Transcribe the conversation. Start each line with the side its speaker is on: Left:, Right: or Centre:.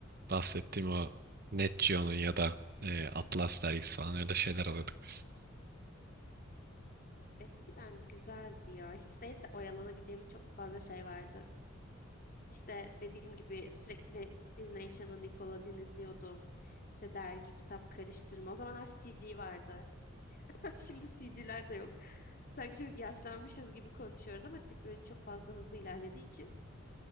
Right: bahsettiğim o Net Geo'nun ya da ee, Atlas dergisi falan öyle şeyler alıyorduk biz.
Left: Eskiden güzeldi ya. Hiç değilse oyalanabileceğimiz çok fazla şey vardı. İşte dediğim gibi sürekli Disney Channel, Nickelodeon izliyordum. İşte dergi, kitap karıştırma. O zamanlar CD vardı. <laughs> Şimdi CD'ler de yok. Sanki çok yaşlanmışız gibi konuşuyoruz ama teknoloji çok fazla hızlı ilerlediği için